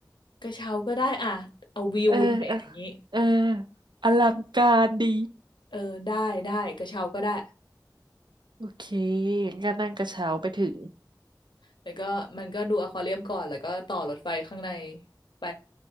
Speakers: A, on the left; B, on the right.
A: กระเช้าก็ได้อะเอาวิวหน่อยอย่างนี้
B: เออเออเอออลังการดี
A: เออได้ได้กระเช้าก็ได้
B: โอเคงั้นก็นั่งกระเช้าไปถึง
A: แล้วก็มันก็ดูอควาเรียมก่อนแล้วก็ต่อรถไฟข้างในไป